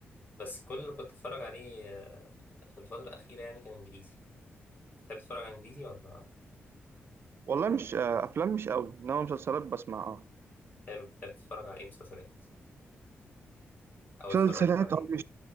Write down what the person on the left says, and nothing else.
بس كل اللي كنت أتفرج عليه آه، في الفترة الأخيرة يعني كان إنجليزي تحب تتفرج على إنجليزي ولا
حلو تحب تتفرج على إيه مسلسلات أو
اتفرجت على إيه؟